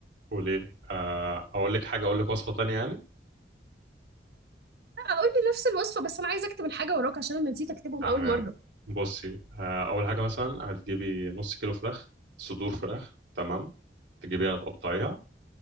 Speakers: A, on the right (about 85°); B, on the right (about 60°).
A: قولي لي آه، اقول لك حاجة اقول لك وصفة تانية يعني
B: اقول لي نفس الوصفه بس انا عايزه اكتب الحاجه وراك عشان انا نسيت اكتبهم
A: تمام
B: اول مره
A: بصي آه، اول حاجة مثلا هتجيبي نص كيلو فراخ صدور فراخ تمام تجيبيها تقطعيها